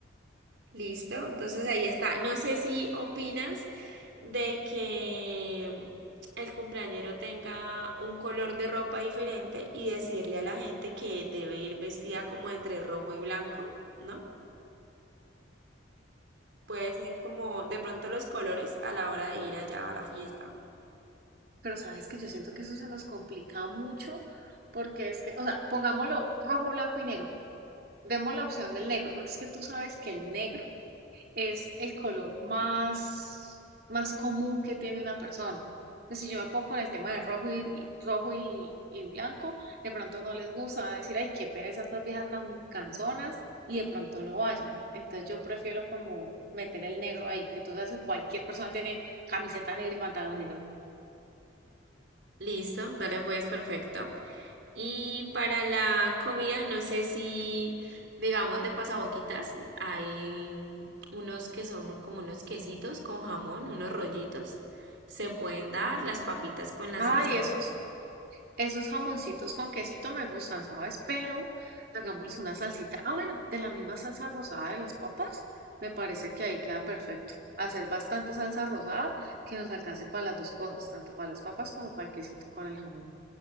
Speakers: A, on the right; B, on the right.
A: Listo, entonces ahí está. No sé si opinas de que el cumpleañero tenga un color de ropa diferente y decirle a la gente que debe ir vestida como entre rojo y blanco, ¿no? Puede ser como de pronto los colores a la hora de ir allá a la fiesta.
B: Pero sabes que yo siento que eso se nos complica mucho porque es que, o sea, pongámoslo rojo, blanco y negro. Demos la opción del negro, porque es que tú sabes que el negro es el color más, más común que tiene una persona. Entonces, si yo me pongo con el tema de rojo y, y- rojo y, y blanco, de pronto no les gusta, van a decir, ay, qué pereza estas viejas tan canzonas, y de pronto no vayan. Entonces yo prefiero como meter el negro ahí, que tú sabes que cualquier persona tiene camiseta negra y pantalón negro.
A: Listo, dale pues, perfecto. Y para la comida, no sé si, digamos, de pasaboquitas, hay unos que son como unos quesitos con jamón, unos rollitos. Se pueden dar las papitas con la
B: Ay,
A: salsa roja.
B: eso Esos jamoncitos con quesito me gustan, ¿sabes? Pero hagámosles una salsita. Ah, bueno, de la misma salsa rosada de las papas, me parece que ahí queda perfecto. Hacer bastante salsa rosada que nos alcance para las dos cosas, tanto para las papas como para el quesito con el jamón.